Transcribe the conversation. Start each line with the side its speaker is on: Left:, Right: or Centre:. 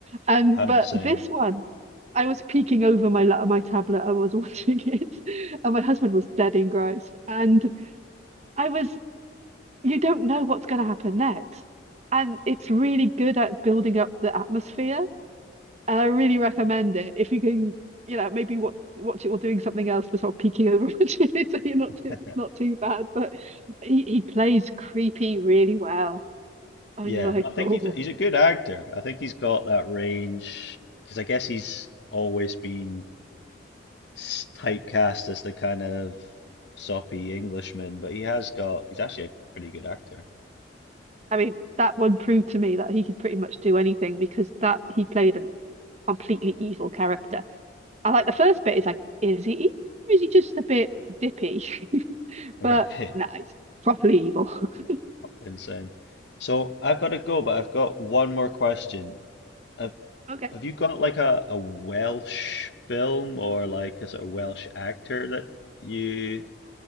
Right: And
Left: I'm
Right: but
Left: the same.
Right: this one, I was peeking over my la- my tablet. I was watching it, <laughs> and my husband was dead engrossed. And I was, you don't know what's going to happen next, and it's really good at building up the atmosphere. And I really recommend it if you can, you know, maybe watch watch it while doing something else, but sort of peeking over <laughs> watching it, so you're not
Left: <laughs>
Right: too, it's not too bad. But he he plays creepy really well, and
Left: Yeah,
Right: you're
Left: and
Right: like,
Left: I think
Right: oh.
Left: he's a, he's a good actor. I think he's got that range because I guess he's always been. s- typecast as the kind of soppy Englishman, but he has got, he's actually a pretty good actor.
Right: I mean, that one proved to me that he could pretty much do anything because that he played a completely evil character. I like the first bit is like, is he evil or is he just a bit dippy? <laughs>
Left: Really
Right: But no, nah, he's properly evil. <laughs>
Left: <laughs> insane. So I've got to go, but I've got one more question. Have,
Right: Okay.
Left: have you got like a, a Welsh film or like a sort of Welsh actor that you